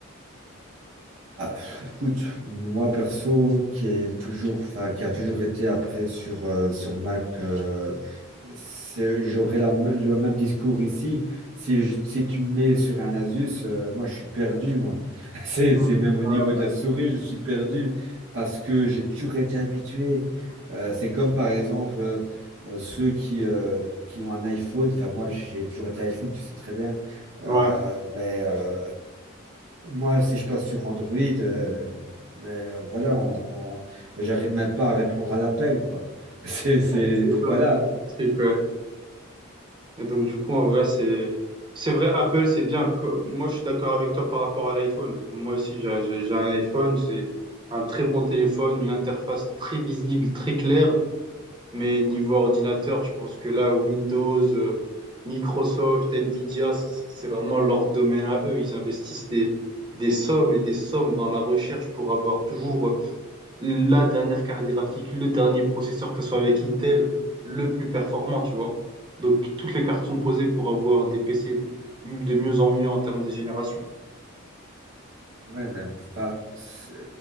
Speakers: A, on the right; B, on the right.
A: Ah, pff, écoute, moi perso, qui est toujours, enfin, qui a toujours été après sur euh, sur Mac, euh, c'est- j'aurais la m- le même discours ici. Si je- si tu me mets sur un Asus, euh, moi je suis perdu, moi. <laughs> C'est
B: Mm.
A: c'est même au
B: Ouais,
A: niveau de la souris, je suis perdu parce que j'ai toujours été habitué. Euh, c'est comme par exemple euh, euh, ceux qui euh, qui ont un iPhone. Enfin, moi j'ai toujours été iPhone, tu sais très bien. Euh,
B: ouais,
A: mais euh, moi, si je passe sur Android, euh, mais euh, voilà, on, on- j'arrive même pas à répondre à l'appel, quoi. <laughs> C'est, c'est,
B: c'est ça,
A: voilà,
B: je pense. C'est que, ouais. Et donc, du coup, en vrai, c'est c'est vrai, Apple, c'est bien. Co- Moi, je suis d'accord avec toi par rapport à l'iPhone. Moi aussi, j'ai j'ai- j'ai un iPhone, c'est un très bon téléphone, une interface très visible, très claire. Mais niveau ordinateur, je pense que là, Windows, euh, Microsoft, Nvidia, c'est c'est vraiment leur domaine à eux. Ils investissent des, des sommes et des sommes dans la recherche pour avoir toujours euh, la dernière carte graphique, le dernier processeur, que ce soit avec Intel, le plus performant, tu vois. Donc, toutes les cartes sont posées pour avoir des PC de mieux en mieux en termes de génération.
A: ouais, mais enfin, c'est-